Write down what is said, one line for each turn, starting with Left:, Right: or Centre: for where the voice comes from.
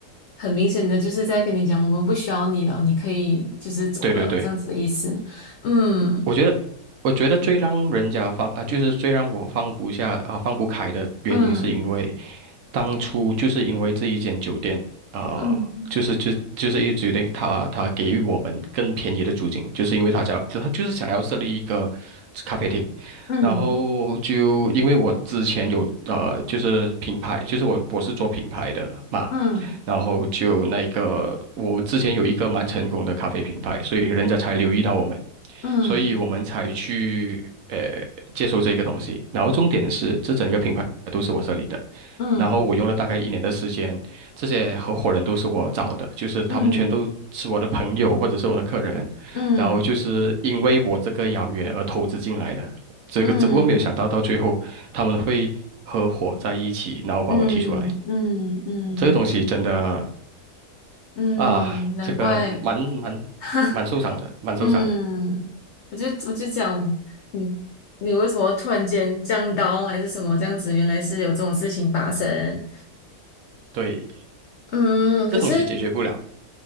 Left: 很明显的就是在跟你讲，我们不需要你了，你可以就是走了，
Right: 对对对，
Left: 这样子的意思。嗯
Right: 我觉得，我觉得最让人家放啊，就是最让我放不下啊，放不开的原因，
Left: 嗯
Right: 是因为当初就是因为这一间酒店，啊，
Left: 嗯
Right: 就是就就是一酒店他他给予我们更便宜的租金，就是因为他想，他就是想要设立一个咖啡厅，
Left: 嗯
Right: 然后就因为我之前有呃，就是品牌，就是我我是做品牌的嘛，
Left: 嗯
Right: 然后就那个我之前有一个蛮成功的咖啡品牌，所以人家才留意到我们。
Left: 嗯
Right: 所以我们才去呃接受这个东西。然后重点是，这整个品牌都是我设立的，
Left: 嗯
Right: 然后我用了大概一年的时间，这些合伙人都是我找的，就是他们全都是我的朋友或者是我的客人，
Left: 嗯嗯
Right: 然后就是因为我这个邀约而投资进来的。这个只不过没有想到到最后他们会合伙在一起，
Left: 嗯
Right: 然后把我踢出来。
Left: 嗯嗯嗯嗯，
Right: 这个东西真的
Left: 嗯难怪。
Right: 啊，这个蛮蛮蛮受伤的，
Left: <laughs>
Right: 蛮受伤的。
Left: 嗯，我就我就讲，嗯，你为什么突然间降刀还是什么这样子？原来是有这种事情发生。
Right: 对，
Left: 嗯，
Right: 这东西解决不了。
Left: 可是